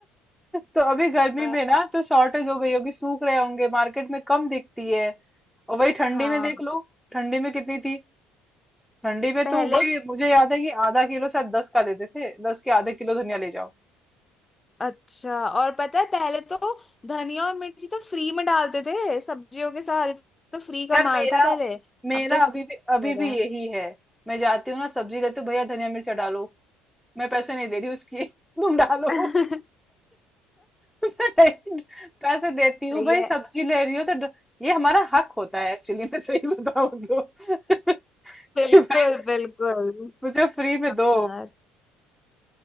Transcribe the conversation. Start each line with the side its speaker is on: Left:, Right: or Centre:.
Centre: तो अभी गर्मी
Left: ब-
Centre: में ना तो शॉर्टेज हो गई होगी सूख रहे होंगे मार्केट में कम दिखती है और वही ठंडी
Left: <laughs> हाँ
Centre: में देख लो ठंडी में कितनी थी ठंडी में
Left: पहले
Centre: तो भाई मुझे याद है कि आधा किलो शायद दस का देते थे दस के आधे किलो धनिया ले जाओ
Left: अच्छा और पता है पहले तो धनिया और मिर्ची तो फ्री में डालते थे सब्जियों के साथ ये तो फ्री का
Centre: यार
Left: माल
Centre: मेरा
Left: था पहले
Centre: मेरा
Left: अब तो इसका
Centre: अभी भी अभी
Left: हो
Centre: भी
Left: रहा है।
Centre: यही है मैं जाती हूँ ना सब्जी लेती हूँ भैया धनिया मिर्चा डालो मैं पैसे नहीं दे रही उसकी <laughs> तुम डालो
Left: <laughs>
Centre: <laughs> मैं पैसे देती हूँ
Left: सही
Centre: भाई
Left: है
Centre: सब्जी ले रही हो तो ड- ये हमारा हक होता है एक्चुअली मैं सही बताऊँ तो <laughs> कि
Left: बिल्कुल
Centre: भाई
Left: बिल्कुल
Centre: मुझे फ्री में दो
Left: यार